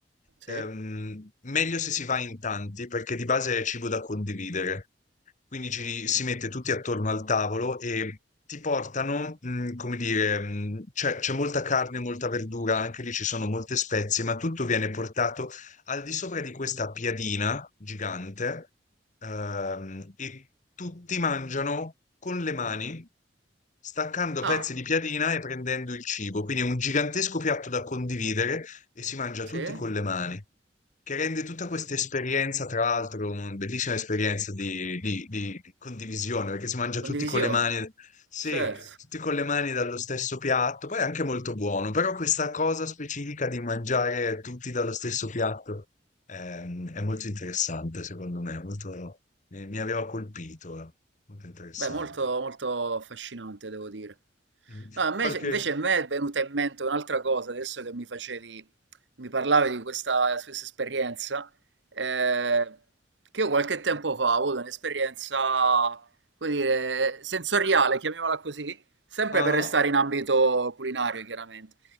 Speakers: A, on the right; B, on the left.
A: Sì?
B: Ehm, meglio se si va in tanti perché di base è cibo da condividere. Quindi ci si mette tutti attorno al tavolo e ti portano, mhmm, come dire, mhmm, c'è c'è molta carne, molta verdura, anche lì ci sono molte spezie, ma tutto viene portato al di sopra di questa piadina gigante, ehm, e tutti mangiano con le mani, staccando
A: Ah,
B: pezzi di piadina e prendendo il cibo. Quindi è un gigantesco piatto da condividere e si mangia
A: sì?
B: tutti con le mani, che rende tutta questa esperienza, tra l'altro, una bellissima esperienza di, di- di di condivisione, perché si mangia
A: Condivisione.
B: tutti con le mani, sì,
A: Certo.
B: tutti con le mani dallo stesso piatto, poi è anche molto buono, però questa cosa specifica di mangiare tutti dallo stesso piatto ehm, è, molto interessante, secondo me, molto, mi, mi aveva colpito, eh, molto interessante.
A: Beh, molto, molto affascinante, devo dire.
B: Mm.
A: No, a
B: Qualche...
A: me, invece a me è venuta in mente un'altra cosa, adesso che mi facevi, mi parlavi di questa, questa esperienza, eh, che io qualche tempo fa ho avuto un'esperienza, come dire, sensoriale, chiamiamola così, Sempre
B: Ah,
A: per restare in ambito culinario, chiaramente.